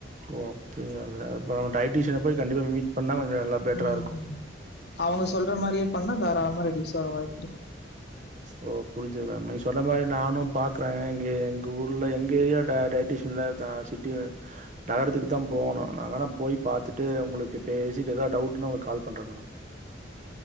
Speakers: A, on the right (about 40°); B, on the left (about 60°).
A: ஓப்பன்னல பா டயட்டீஷின போய் கண்டிப்பா மீட் பண்ணா கொஞ்சம் நல்லா பெட்டரா
B: ம்
A: இருக்கும்
B: அவுங்க சொல்ற மாறியே பண்ணா தாராளம ரெடி உசாராய்ட்டு
A: ஓ புரிஞ்சது மேம் நீ சொன்ன மாரி நானும் பாக்குறேன் இங்க எங்க ஊர்ல எங்க ஏரியா டைட்டீஷின்ல தா சிட்டி நகரத்துக்கு தான் போகணும் நான் வேணா போய் பாத்துட்டு உங்களுக்கு பேசிட்டு ஏதாவது டவுட்னா உங்களுக்கு கால் பண்றேன் மேடம்